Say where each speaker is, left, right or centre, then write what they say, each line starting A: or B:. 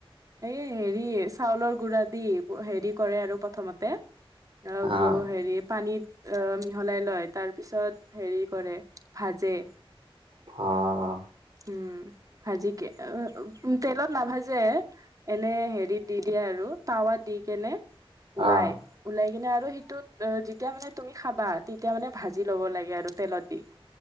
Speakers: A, on the right; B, on the right.
A: এ হেৰি চাউলৰ গুৰাত দি হেৰি কৰে আৰু প্ৰথমতে অ
B: আহ
A: গুৰৰ হেৰি পানীত অ মিহলাই লয় তাৰ পিছত হেৰি কৰে ভাজে।
B: অ
A: উম ভাজি কে অ উ তেলত নাভাজে এনে হেৰিত দি দিয়ে আৰু তটাৱাত দি কেনে ওলাই
B: আহ
A: ওলাই কিনে সিটোত যেতিয়া মানে তুমি খাবা তেতিয়া মানে ভাজি ল'ব লাগে আৰু তেলত দি।